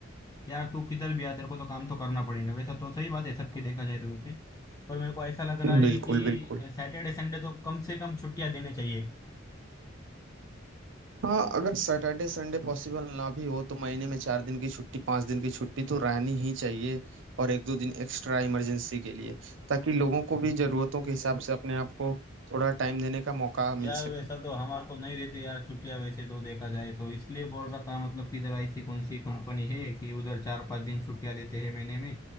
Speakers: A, on the left (about 20°); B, on the right (about 65°).
A: यार तू किधर भी आ तेरे को तो काम तो करना पड़ेगा वैसा तो सही बात है सबकी देखा जाए तो वैसे और मेरे को ऐसा लग रहा है
B: बिल्कुल
A: कि
B: बिल्कुल
A: सैटरडे संडे तो कम से कम छुट्टियां देने चाहिए
B: हाँ अगर सैटरडे संडे पॉसिबल ना भी हो तो महीने में चार दिन की छुट्टी पांच दिन की छुट्टी तो रहनी ही चाहिए और एक दो दिन एक्स्ट्रा इमरजेंसी के लिए ताकि लोगों को भी जरूरतों के हिसाब से अपने आप को थोड़ा टाइम देने का मौका मिल
A: यार
B: सके
A: वैसा तो हमारे को नहीं देते यार छुट्टियां वैसे तो देखा जाए तो इसलिए बोल रहा था मतलब कि इधर ऐसी कौन सी कंपनी है कि उधर चार पांच दिन छुट्टियां देते हैं महीने में